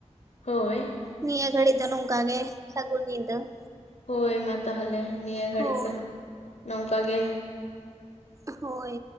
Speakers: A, on the left; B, on the right.
A: ᱦᱳᱭ
B: ᱱᱤᱭᱟᱹ ᱜᱷᱟᱹᱲᱤᱡ ᱫᱚ ᱱᱚᱝᱠᱟ ᱜᱮ ᱥᱟᱹᱜᱩᱱ ᱧᱤᱫᱟᱹ ᱾
A: ᱦᱳᱭ ᱾ ᱢᱟ ᱛᱟᱦᱚᱞᱮ ᱱᱤᱭᱟᱹ ᱜᱷᱟᱹᱲᱤᱡ
B: ᱦᱳᱭ
A: ᱫᱚ ᱱᱚᱝᱠᱟ ᱜᱮ ᱾
B: ᱦᱳᱭ ᱾